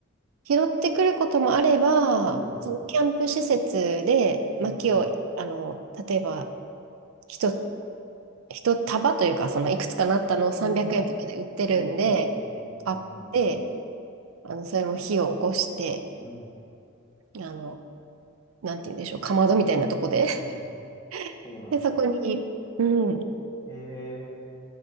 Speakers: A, on the right; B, on the left.
A: 拾ってくることもあれば、
B: うん、
A: そのキャンプ施設で薪を、
B: うん、うん、
A: あの、例えば、一つ一束というか、そのいくつかなったのを300円とかで売ってるんで、
B: うん、うん、うん、うん、
A: 買って、
B: うん、
A: あの、それも火を起こして、
B: うん、
A: あの、なんて言うんでしょう、かまどみたいなとこで。
B: うんそうなんだ。
A: <laughs> で、そこに、うん、
B: へえ。